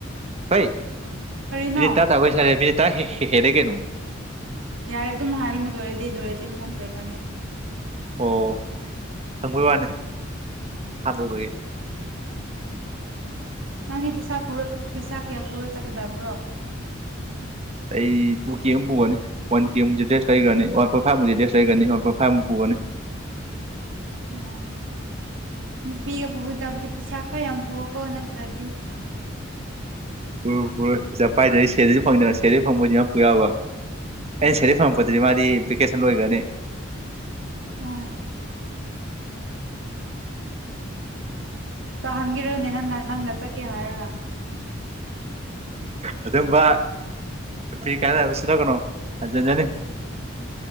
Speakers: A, on the right; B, on the right.
A: ꯍꯩ
B: ꯀꯔꯤꯅꯣ
A: ꯃꯤ ꯇ ꯇꯥꯩꯁꯔꯦ ꯃꯤ ꯇ ꯍ ꯍꯦꯗꯦ ꯀꯅꯨ
B: ꯌꯥꯔꯦ ꯑꯗꯨꯝ ꯍꯥꯏꯔꯒꯅꯤ ꯂꯣꯏꯔꯗꯤ ꯂꯣꯏꯔꯗꯤ ꯃꯊꯪ ꯂꯣꯏꯈ꯭ꯔꯅꯤ
A: ꯑꯣ ꯍꯪꯕꯩ ꯋꯥꯅꯦ ꯍꯥꯟꯕꯣꯏꯕꯒꯤ
B: ꯅꯪꯅꯦ ꯄꯩꯁꯥ ꯄꯩꯁꯥ ꯀꯌꯥ ꯄꯨꯔ ꯆꯠꯀꯗꯕ꯭ꯔꯣ
A: ꯑꯩ ꯇꯨ ꯀꯦ ꯑꯃ ꯄꯨꯒꯅꯤ ꯋꯥꯟ ꯀꯦꯨ ꯗ꯭ꯔꯦꯁ ꯂꯩꯒꯅꯤ ꯋꯥꯟ ꯄꯔ ꯐꯥꯏꯨ ꯗ꯭ꯔꯦꯁ ꯂꯩꯒꯅꯤ ꯋꯥꯟ ꯄꯔ ꯐꯥ ꯑꯃ ꯄꯨꯒꯅꯤ ꯅꯦ
B: ꯑꯣ ꯅꯨꯄꯤꯒ ꯄꯨꯒꯗꯕꯗꯤ ꯄꯩꯁꯥ ꯈꯔ ꯌꯥꯝ ꯄꯨꯔꯀꯣ ꯅꯠꯇ꯭ꯔꯗꯤ
A: ꯔꯣꯏ ꯄꯨꯔꯣꯏ ꯄꯩꯁꯥ ꯄꯥꯏꯗꯔꯤ ꯁꯦꯔꯤꯁꯨ ꯐꯪꯗꯅ ꯁꯦꯜꯂꯤ ꯐꯪꯕꯅꯤꯅ ꯄꯨꯌꯥꯕ ꯑꯩꯅ ꯁꯦꯔꯤ ꯐꯪꯉꯛꯄꯗꯗꯤ ꯃꯥꯗꯤ ꯚꯦꯀꯦꯁꯟ ꯂꯣꯏꯒꯅꯤ
B: ꯎꯝ ꯁꯣꯍꯥꯟꯒꯤꯔꯣꯅꯦ ꯅꯪ ꯅꯪꯒ ꯆ ꯀꯦ ꯍꯥꯏꯔꯂ
A: ꯑꯗꯨꯒꯝꯕ ꯅꯨꯄꯤ ꯀꯥꯏꯅꯕꯁꯤꯅ ꯀꯩꯅꯣ ꯍꯟꯖꯤꯟꯖꯅꯤ